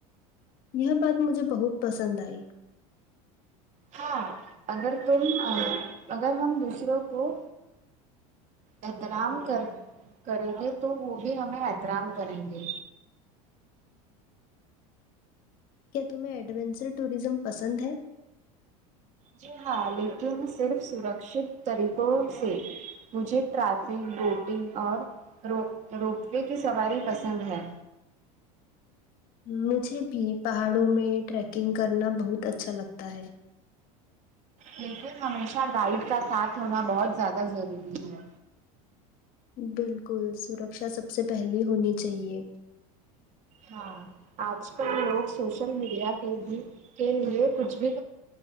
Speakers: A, on the left; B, on the right.
A: یہ بات مجھے بہت پسند آئی
B: ہاں اگر تم اگر ہم دوسروں کو احترام کر کریں گے تو وہ بھی ہمیں احترام کریں گے
A: کیا تمہیں ایڈونچر ٹورزم پسند ہے
B: جی ہاں لیکن صرف سراکشیت طریقوں سے مجھے ٹرافک بوٹنگ اور ر روپ پے کی سواری پسند ہے
A: مجھے بھی پہاڑوں میں ٹریکنگ کرنا بہت اچھا لگتا ہے
B: لیکن ہمیشہ گائڈ کا ساتھ ہونا بہت زیادہ ضروری ہے
A: بالکل سرکشا سب سے پہلی ہونی چاہیے
B: ہاں آج کل لوگ سوشل میڈیا کے بھی کے لیے کچھ بھی